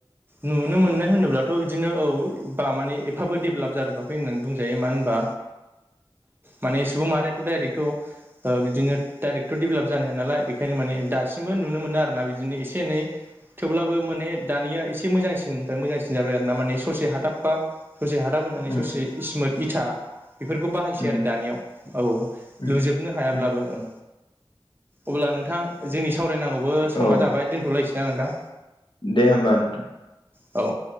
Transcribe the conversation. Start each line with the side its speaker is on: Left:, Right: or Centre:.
Right: नुनो मोननाय होनोब्लाथ'। दिनो औ बा माने एफाबो देभेलप जाजोबाखै होननानै बुंजायो मानो होनबा। माने सुबुं मारिथ' दडाइरेक्टथ ओ बिदिनो दाइरेक्ट' डेभेलप जानो हाया नालाय बेखायनो मान। माने दासिमबो नुनो मोनो आरोना बिदिनो एसे एनै थेवब्लाबो। माने दानिया एसे मोजांसिननिफ्राय मोजांसिन जाबाय आरो ना माने ससे हाथाबबा। ससे हादाब होनानै ससे
Left: उम
Right: इसिमित इथा बेफोरखौ बाहायसै
Left: उम
Right: आरो दानियाव औ।
Left: उम
Right: लुजोबनो हायाब्लाबो
Left: उम
Right: ओं अब्ला नोंथां जोंनि साव। फरायनांगौबो समा
Left: औ
Right: जाबाय दोनथ'लायनोसै नोंथां।
Left: दे होमबा नोंथां।
Right: औ।